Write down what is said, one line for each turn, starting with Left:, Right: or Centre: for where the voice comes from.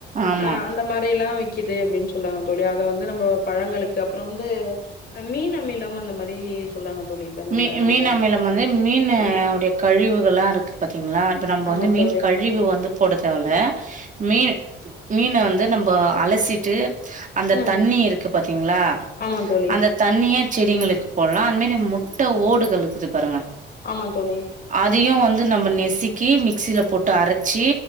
Right: ஆமா
Left: அ அந்த மாரியெல்லாம் விக் கிது அப்டின் சொல்றாங்க தோழி அத வந்து நம்ம பழங்களுக்கு அப்றோம் வந்து மீன் அமிலம் அந்த மாரி சொல்றாங்க தோழி. இப்ப நம்ம
Right: மீ மீன்
Left: அந்த
Right: அமிலம் வந்து மீன
Left: ம்.
Right: உடைய கழிவுகலாம் இருக்கு பாத்தீங்களா இப்ப நம்ப
Left: ஆமா
Right: வந்து மீன்
Left: தோழி.
Right: கழிவு வந்து போட தேவ இல்ல
Left: ம்,
Right: மீன் மீன வந்து நம்ப அலசிட்டு அந்த
Left: ம்.
Right: தண்ணி இருக்கு பாத்தீங்களா
Left: ஆமா தோழி.
Right: அந்த தண்ணிய செடிங்களுக்கு போடலாம் அந்த மேரி முட்ட
Left: ம்.
Right: ஓடுகள் கிது பாருங்க
Left: ஆமா தோழி
Right: அதையு வந்து நம்ம நெசுக்கி மிக்சியில போட்டு அரச் ச்சி